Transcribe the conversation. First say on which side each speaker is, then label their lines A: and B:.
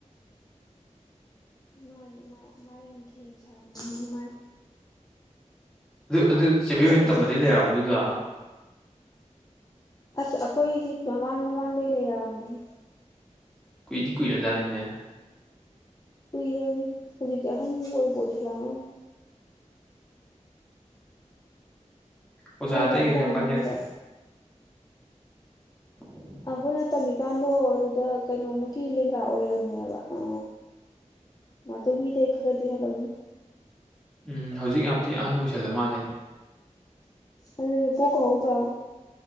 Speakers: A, on the left (about 30°); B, in the centre.
A: ꯃꯥꯅꯤ ꯃꯥ ꯃꯥ ꯌꯥꯝ ꯈꯦꯡ ꯁꯥꯕꯅꯦ <unintelligible>
B: ꯑꯗꯨ ꯑꯗꯨ ꯆꯦꯕꯤ
A: ꯀꯣꯏꯆꯠ
B: ꯍꯣꯏꯅ
A: ꯀꯣꯏꯆꯠꯀ
B: ꯇꯝꯕꯗꯩ ꯂꯩꯔꯛꯑꯕ
A: ꯆꯠꯂꯒ
B: ꯑꯗꯨꯗꯣ
A: ꯑꯁ ꯑꯩꯈꯣꯏꯒꯤ ꯃꯃꯥꯡ ꯃꯃꯥꯡꯗꯩ ꯂꯩꯔꯛꯑꯕꯅꯤꯍꯦ
B: ꯀꯨꯏꯗꯤ ꯀꯨꯏꯔꯕꯖꯥꯠꯅꯤꯅꯦ
A: ꯀꯨꯏꯔꯕꯅꯤ ꯍꯧꯖꯤꯛꯇꯤ ꯑꯍꯟꯕꯨ ꯑꯣꯏꯕꯨ ꯑꯣꯏꯁꯤꯟꯂꯛ ꯑꯝꯃꯅꯤ
B: ꯑꯣꯖꯥ
A: ꯑꯩꯈꯣꯏꯅ
B: ꯑꯇꯩꯒꯤꯁꯨ
A: ꯂꯥꯏꯔꯤꯛ ꯇꯝꯃꯤꯀꯥꯟꯗ
B: ꯌꯥꯝ ꯀꯟꯌꯥ__ <inaudible>
A: ꯑꯩꯈꯣꯏꯅ ꯇꯝꯃꯤꯀꯥꯟꯗꯣ ꯑꯗꯨꯗ ꯀꯩꯅꯣꯃꯨꯛꯀꯤ ꯂꯦꯡꯒꯥ ꯑꯣꯏꯔꯝ__ <unintelligible> ꯑ ꯃꯥꯆꯧꯕꯤꯗꯩ ꯈꯔꯗꯤ ꯍꯜꯂꯝꯅꯤ
B: ꯎꯝ ꯍꯧꯖꯤꯛ ꯌꯥꯝ ꯊꯤ ꯑꯍꯟ ꯑꯣꯏꯁꯜꯂ ꯃꯥꯜꯂꯦꯍꯦ
A: ꯑꯗꯨꯅꯦ ꯄꯣꯛꯀ ꯍꯧꯗ꯭ꯔꯣ